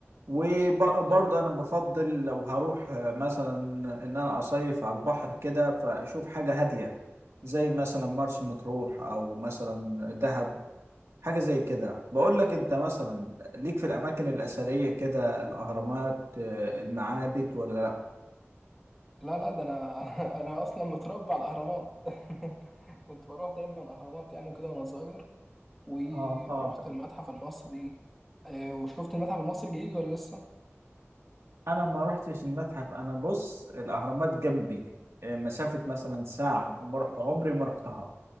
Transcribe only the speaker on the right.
وبرضه
انا بفضل لو هروح آه، مثلا ان انا اصيف على البحر كده فاشوف حاجة هادية زي مثلا مرسى مطروح او مثلا دهب حاجة زي كده بقول لك انت مثلا ليك في الاماكن الاثرية كده الاهرامات آه، المعابد ولا
اه اه
انا ما رحتش المتحف انا بص الاهرامات جنبي آه، مسافة مثلا ساعة وما رح- عمري ما رحتها